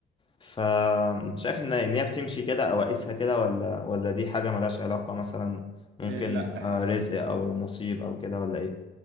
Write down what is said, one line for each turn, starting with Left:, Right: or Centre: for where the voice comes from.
Left: فانت شايف ان ان هي بتمشي كده او اقيسها كده ولا ولا دي حاجة ملهاش علاقة مثلا ممكن
Right: آه، لا
Left: آه،
Right: هي
Left: رزق او نصيب او كده ولا ايه